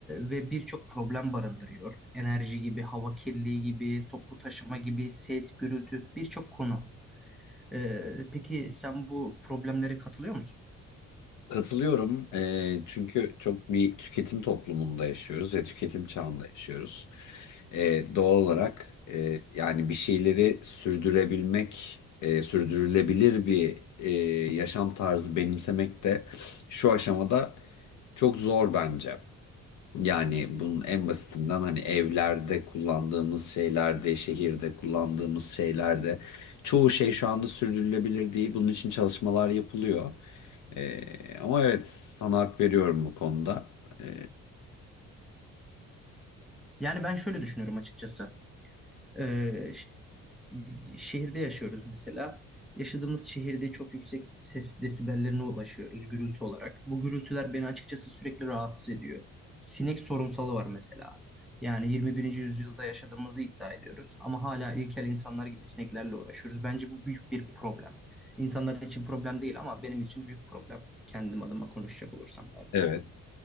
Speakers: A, in the centre; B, on the left.
A: ve birçok problem barındırıyor. Enerji gibi, hava kirliliği gibi, toplu taşıma gibi, ses, gürültü birçok konu. Ee, peki sen bu problemlere katılıyor musun?
B: Katılıyorum. Eee, çünkü çok bir tüketim toplumunda yaşıyoruz ve tüketim çağında yaşıyoruz. Eee, doğal olarak eee, yani bir şeyleri sürdürebilmek, eee, sürdürülebilir bir eee, yaşam tarzı benimsemek de şu aşamada çok zor bence. Yani bunun en basitinden hani evlerde kullandığımız şeylerde, şehirde kullandığımız şeylerde çoğu şey şu anda sürdürülebilir değil. Bunun için çalışmalar yapılıyor. Ee, ama evet sana hak veriyorum bu konuda. Ee,
A: Yani ben şöyle düşünüyorum açıkçası. Ee, ş- şehirde yaşıyoruz mesela. Yaşadığımız şehirde çok yüksek ses desibellerine ulaşıyoruz gürültü olarak. Bu gürültüler beni açıkçası sürekli rahatsız ediyor. Sinek sorunsalı var mesela. Yani 21. yüzyılda yaşadığımızı iddia ediyoruz ama hala ilkel insanlar gibi sineklerle uğraşıyoruz. Bence bu büyük bir problem. İnsanlar için problem değil ama benim için büyük problem. Kendim adıma konuşacak olursam.
B: evet.